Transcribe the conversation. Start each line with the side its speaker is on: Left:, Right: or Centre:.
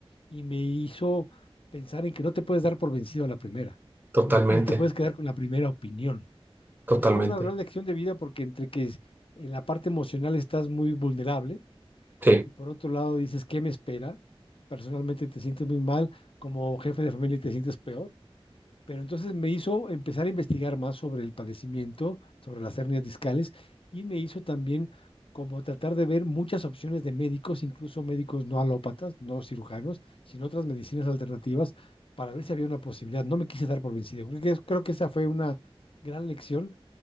Left: y me hizo pensar en que no te puedes dar por vencido a la primera,
Right: totalmente,
Left: ni ni te puedes quedar con la primera opinión.
Right: totalmente.
Left: Entonces fue una gran lección de vida porque entre que es- en la parte emocional estás muy vulnerable
Right: Sí,
Left: y por otro lado dices, ¿qué me espera? Personalmente te sientes muy mal, como jefe de familia te sientes peor. Pero entonces me hizo empezar a investigar más sobre el padecimiento, sobre las hernias discales y me hizo también como tratar de ver muchas opciones de médicos, incluso médicos no alópatas, no cirujanos, sino otras medicinas alternativas para ver si había una posibilidad. No me quise dar por vencido. Creo que, creo que esa fue una gran lección